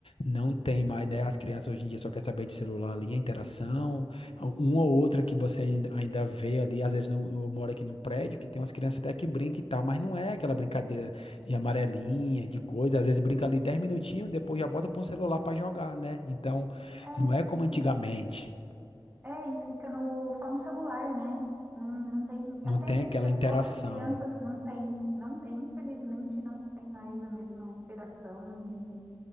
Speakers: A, on the left; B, on the right.
A: não tem mais, né, as crianças hoje em dia só querem saber de celular ali, a interação, uma ou outra que você ainda ainda vê ali, às vezes no- eu moro aqui no prédio, que tem umas crianças até que brincam e tal, mas não é aquela brincadeira de amarelinha, de coisa, às vezes brinca ali 10 minutinhos, depois já bota para o celular para jogar, né? Então,
B: É,
A: não é como antigamente.
B: e É, e fica no, só no celular, né? Não, não tem,
A: Não
B: até
A: tem
B: entre
A: aquela
B: as
A: interação.
B: próprias crianças não tem, não tem, infelizmente não tem mais a mesma interação, nem